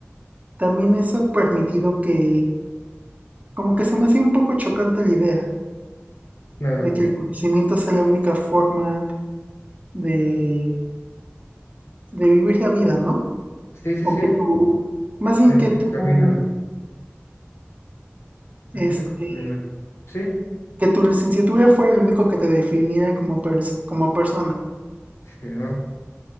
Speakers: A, on the right; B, on the left.
A: también eso ha permitido que, como que se me hacía un poco chocante la idea
B: Claro.
A: de que el conocimiento sea la única forma de, de vivir la vida, ¿no?
B: Sí, sí,
A: O
B: sí.
A: que tú, más bien
B: El
A: que
B: único
A: tú,
B: camino. El
A: este,
B: único camino. Sí,
A: que tu licenciatura fuera el único que te definiera como, pers- como persona.
B: sino